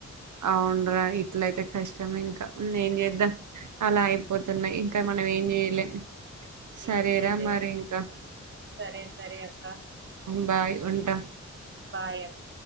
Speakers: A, on the right; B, on the right.
A: అవునరా ఇట్లయితే కష్టం ఇంకా ఏం చేద్దాం అలా అయిపోతున్నాయి ఇంకా మనం ఏం చేయలేం సరేరా
B: ఏం చేయలేవా
A: మరి ఇంకా
B: సరే సరే అక్క
A: బాయ్ ఉంటా
B: బాయ్ అక్క